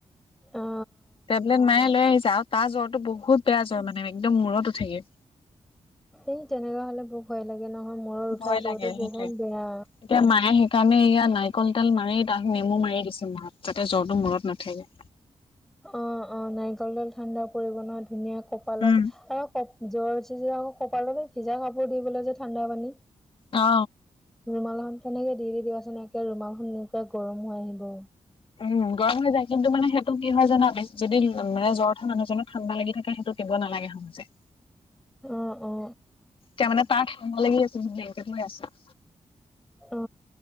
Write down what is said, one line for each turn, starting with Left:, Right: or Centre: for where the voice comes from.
Centre: অ
Left: টেবলেট মায়ে লৈ আহিছে আৰু তাৰ জ্বৰটো বহুত বেয়া জ্বৰ মানে একদম মূৰত উঠেগে
Centre: এই তেনেকা হলে বৰ ভয় লাগে নহয় মূৰত উঠা
Left: ভয়
Centre: জ্বৰতো
Left: লাগে
Centre: বহুত
Left: সেইটোৱে
Centre: বেয়া
Left: এতিয়া মায়ে সেইকাৰণে এইয়া নাৰিকল তেল মাৰি তাক নেমু মাৰি দিছে মূৰত যাতে জ্বৰটো মূৰত নুঠেগে
Centre: অ অ নাৰিকলতেল ঠাণ্ডা পৰিব নহয় ধুনীয়া কপালত
Left: উম
Centre: আৰু জ্বৰ উঠি যায় আকৌ কপালতে ভিজা কাপোৰ দিবলৈ যে ঠাণ্ডা পানী
Left: অ
Centre: ৰুমালখন তেনেকে দি দি দিবাচোন একে ৰুমালখন নিজে গৰম হৈ আহিব
Left: উম গৰম হৈ যায় কিন্তু মানে সেইটো কি হয় জানা যদি মান জ্বৰ উঠা মানুহজনক ঠাণ্ডা লাগি থাকে সেইটো দিব নালাগে সহজে
Centre: অ অ
Left: তাৰ মানে তাত ঠাণ্ডা লাগি আছে ব্লেংকেত ত লৈ আছা
Centre: অ